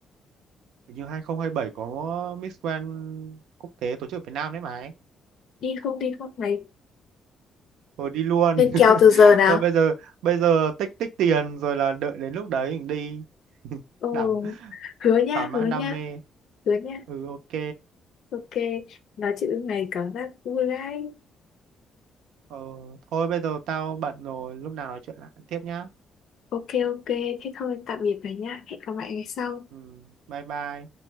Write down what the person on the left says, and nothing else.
đi không đi không này
Lên
kèo từ giờ nào?
Ồ,
hứa nha,
hứa nha,
hứa nha.
Ok, nói chuyện lúc này cảm giác vui đấy.
Ok, ok, thế thôi, tạm biệt rồi nha. Hẹn gặp lại ngày sau.